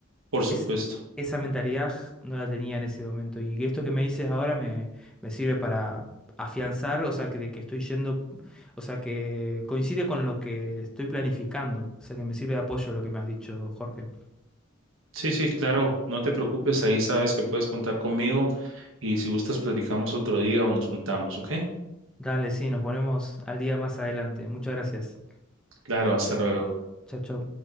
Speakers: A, on the right; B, in the centre.
A: Por supuesto.
B: Es, esa mentalidad no la tenía en ese momento y esto que me dices ahora me, me sirve para afianzar, o sea, que, de que estoy yendo, o sea, que coincide con lo que estoy planificando, o sea, que me sirve de apoyo lo que me has dicho, Jorge.
A: Sí, sí, claro, no te preocupes, ahí sabes que puedes contar conmigo y si gustas platicamos otro día o nos juntamos, ¿ok?
B: Dale, sí, nos ponemos al día más adelante. Muchas gracias.
A: Claro, hasta luego.
B: Chau, chau.